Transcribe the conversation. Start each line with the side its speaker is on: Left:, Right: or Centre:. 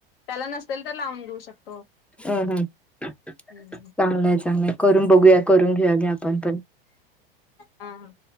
Left: त्याला नसेल तर लावून देेऊ शकतो.
Centre: हम्म हम्म
Left: हम्म
Centre: चांगलय चांगलय करून बघूया करून घेऊया या आपण पण.
Left: हां